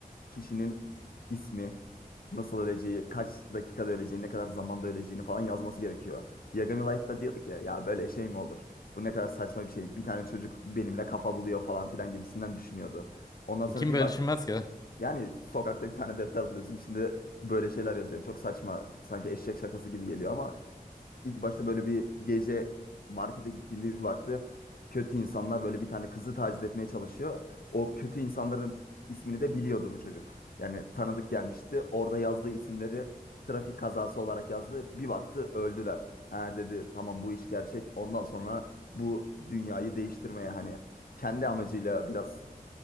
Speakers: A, on the left; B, on the left.
A: kişinin ismi, nasıl öleceği, kaç dakikada öleceğini ne kadar zamanda öleceğini falan yazması gerekiyor. Yagami Light'ta diyordu ki ya böyle şey mi olur? Bu ne kadar saçma bir şey. Bir tane çocuk benimle kafa buluyor falan filan gibisinden düşünüyordu. Ondan sonra
B: Kim
A: bir
B: böyle
A: bak
B: düşünmez ki?
A: yani sokakta bir tane defter buluyorsun içinde böyle şeyler yazıyor. Çok saçma sanki eşek şakası gibi geliyor ama İlk başta böyle bir gece markete gittiğinde bir baktı. Kötü insanlar böyle bir tane kızı taciz etmeye çalışıyor. O kötü insanların ismini de biliyordu bu çocuk. Yani tanıdık gelmişti. Orada yazdığı isimleri trafik kazası olarak yazdı. Bir baktı öldüler. Ha dedi tamam bu iş gerçek. Ondan sonra bu dünyayı değiştirmeye hani kendi amacıyla biraz